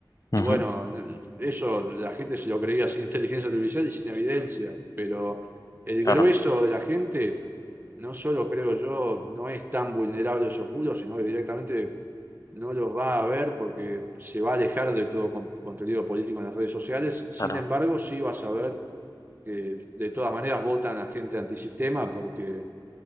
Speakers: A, on the left (about 45°); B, on the right (about 25°).
A: Ujú,
B: y bueno, n- eso la gente se lo creía sin <laughs> inteligencia artificial y sin evidencia, pero el
A: Claro,
B: grueso de la gente, no solo creo yo, no es tan vulnerable a esos bulos, sino que directamente no los va a ver porque se va a alejar de todo con- contenido político en las redes sociales. Sin
A: claro,
B: embargo, sí vas a ver que de todas maneras votan a gente antisistema porque